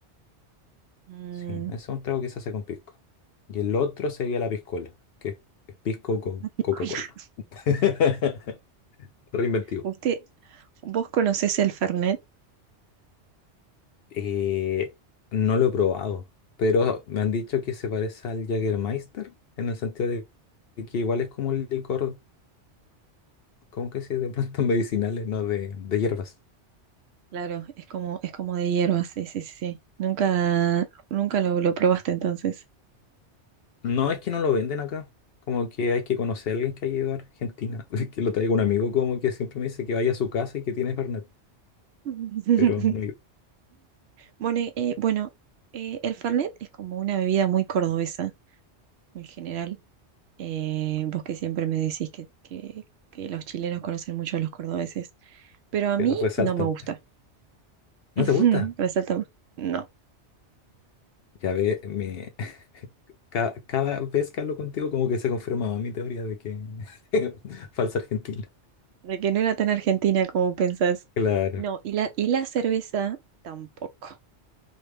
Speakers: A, on the right; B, on the left.
A: Mm,
B: Sí, ese es un trago que se hace con pisco. Y el otro sería la piscola, que es pisco con
A: <laughs>
B: Coca-Cola. <laughs> Reinventivo.
A: ¿usted, vos conocés el Fernet?
B: Eh, no lo he probado, pero me han dicho que se parece al Jägermeister en el sentido de que igual es como un licor, ¿cómo que se dice? De plantas <laughs> medicinales, no de, de hierbas.
A: Claro, es como, es como de hierba, sí, sí, sí. sí. Nunca, nunca lo, lo probaste entonces.
B: No es que no lo venden acá, como que hay que conocer a alguien que haya ido a Argentina, <laughs> que lo traiga un amigo como que siempre me dice que vaya a su casa y que tiene Fernet,
A: <laughs>
B: pero no,
A: Bueno, eh, bueno eh, el Fernet es como una bebida muy cordobesa en general. Eh, vos que siempre me decís que, que, que los chilenos conocen mucho a los cordobeses, pero a
B: que
A: mí
B: resaltan.
A: no me gusta.
B: ¿No
A: <laughs>
B: te gusta?
A: Resalta, más. no,
B: Ya ve, me... <laughs> ca- Cada, vez que hablo contigo como que se confirma mi teoría de que <laughs> falsa argentina.
A: de que no era tan argentina como pensás.
B: Claro.
A: No, y la, y la cerveza tampoco.